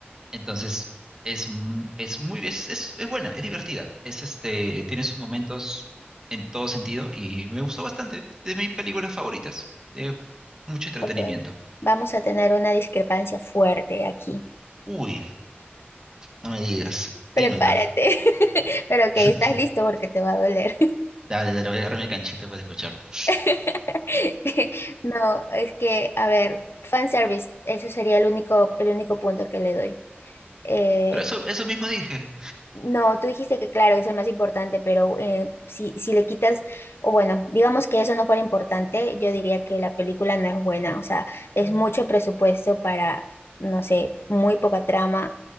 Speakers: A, on the right; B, on the left.
A: Entonces, es, mu- es muy, es, es, es buena, es divertida. Es este, tiene sus momentos en todo sentido y me gustó bastante. De mis películas favoritas. De mucho entretenimiento.
B: Ok, vamos a tener una discrepancia fuerte aquí.
A: Uy, no me digas,
B: Prepárate.
A: dímelo.
B: <laughs> Pero ok,
A: <laughs>
B: estás listo porque te va a doler.
A: Dale, dale, voy a agarrar mi canchita para escucharte.
B: <laughs> No, es que, a ver, fanservice, eso sería el único, el único punto que le doy. Eh,
A: Pero eso, eso mismo dije.
B: no, tú dijiste que claro, es el más importante, pero eh, si, si le quitas, o bueno, digamos que eso no fuera importante, yo diría que la película no es buena, o sea, es mucho presupuesto para, no sé, muy poca trama.